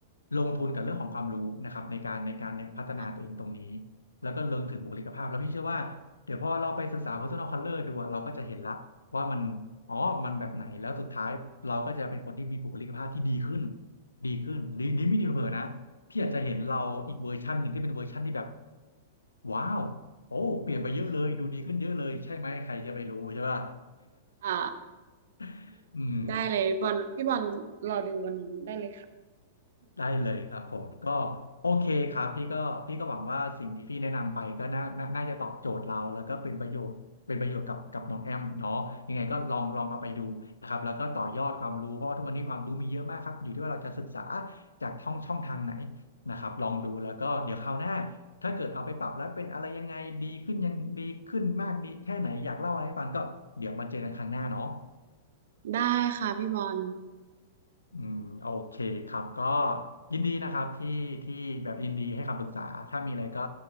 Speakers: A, on the left (about 75°); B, on the right (about 55°).
A: ลงทุนกับเรื่องของความรู้นะครับในการในการเนี่ยพัฒนาตัวเองตรงนี้
B: ค่ะ
A: แล้วก็เรื่องถึงบุคลิกภาพแล้วพี่เชื่อว่าเดี๋ยวพอเราไปศึกษา personal color ดูอะเราก็จะเห็นละว่ามันอ๋อมันแบบไหนแล้วสุดท้ายเราก็จะเป็นคนที่มีบุคลิกภาพที่ดีขึ้น ดีขึ้นดีดีไม่ดีเผลอๆนะพี่อาจจะเห็นเราอีกเวอร์ชันหนึ่งที่เป็นเวอร์ชันที่แบบว้าวโอ้เปลี่ยนไปเยอะเลยดูดีขึ้นเยอะเลยใช่ไหมใครจะไปรู้ใช่ป่ะ
B: <laughs> อ่า
A: <laughs> อืม
B: ได้เลยบอลพี่บอลรอดูวันนั้นได้เลยค่ะ
A: ได้เลยครับผมก็โอเคครับพี่ก็พี่ก็หวังว่าสิ่งที่พี่แนะนำไปก็น่าน่าน่าจะตอบโจทย์เราแล้วก็เป็นประโยชน์เป็นประโยชน์กับกับน้องแอมเนาะยังไงก็ลองลองเอาไปดูนะครับแล้วก็ต่อยอดความรู้เพราะว่าทุกวันนี้ความรู้มีเยอะมากครับอยู่ที่ว่าเราจะศึกษาจากช่องช่องทางไหนนะครับลองดูแล้วก็เดี๋ยวคราวหน้าถ้าเกิดเอาไปปรับแล้วเป็นอะไรยังไงดีขึ้นยังดีขึ้นมากดีแค่ไหนอยากเล่าอะไรให้ฟังก็เดี๋ยวมาเจอกันครั้งหน้าเนาะ
B: <laughs> ได้ค่ะพี่บอล
A: อืมโอเคครับก็ยินดีนะครับที่ที่แบบยินดีให้คำปรึกษาถ้ามีอะไรก็